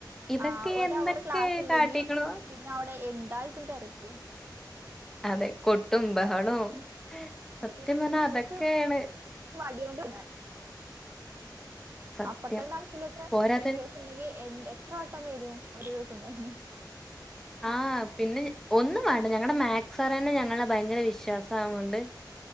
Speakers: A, in the centre; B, on the right.
A: ഇതൊക്കെ
B: ആ ഒര്
A: എന്തൊക്കെ
B: അവർ ക്ലാസ് ഇല്ലെങ്കി
A: കാട്ടിക്ക്ണു
B: പിന്നെ അവിടെ എന്തായിരിക്കും തിരക്ക്
A: അതെ കൊട്ടും ബഹളവും
B: എന്നിട്ടന്നെ
A: സത്യം
B: ടീച്ചേഴസ്
A: പറഞ്ഞാ അതൊക്കെയാണ്
B: വടി കൊണ്ട്
A: സത്യം.
B: അപ്പറത്തെ ക്ലാസ്സിലൊക്കെ
A: പോരാത്തന്
B: ടീച്ചേയ്സ് ഇല്ലെങ്കിൽ എ എത്ര വട്ടം വരും ഒരു ദിവസം തന്നെ
A: ആ പിന്നെ ഒന്നും വേണ്ട ഞങ്ങളടെ മാക്സ് സർ തന്നെ ഞങ്ങളെ ഭയങ്കര വിശ്വാസംമാവുന്നുണ്ട്